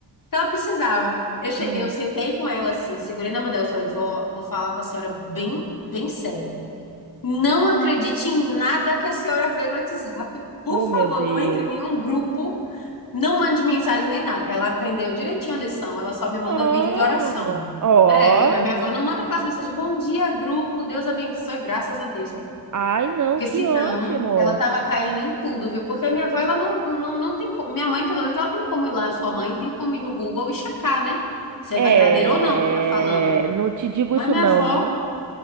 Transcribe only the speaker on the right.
hum.
Oh, meu
Deus.
Oh,
oh.
Ai, não,
que
ótimo.
É,
não te digo
isso
não.